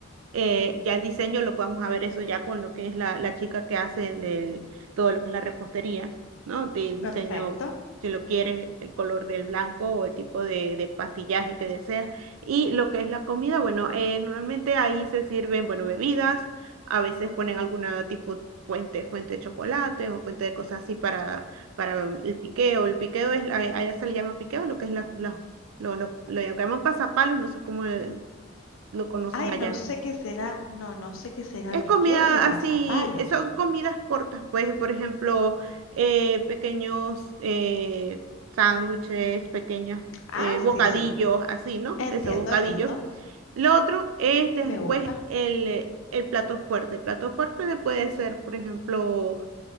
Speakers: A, on the right (about 90°); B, on the left (about 75°).
A: eh, ya el diseño lo vamos a ver eso ya con lo que es la, la chica que hace el del, todo lo que es la repostería, ¿no? Del diseño,
B: Perfecto.
A: si lo quieres, el color del blanco o el tipo de, de pastillaje que deseas. Y lo que es la comida, bueno, eh, normalmente ahí se sirven, bueno, bebidas, a veces ponen alguna tipo fuente, fuente de chocolate o fuente de cosas así para, para el piqueo. El piqueo es, a- allá se le llama piqueo, lo que es la- los, los, los- lo llaman pasapalos, no sé cómo eh, lo conocen
B: Ay,
A: allá.
B: no sé qué será, no, no sé qué será
A: Es
B: piqueos
A: comida
B: ni pasapalos.
A: así, eh, son comidas cortas, pues, por ejemplo, eh, pequeños eh, sándwiches, pequeños
B: Ah,
A: eh, bocadillos,
B: sí, sí,
A: así, ¿no?
B: entiendo,
A: Esos bocadillos.
B: entiendo,
A: Lo otro es de-
B: me
A: después
B: gusta.
A: el, el plato fuerte. El plato fuerte puede ser, por ejemplo,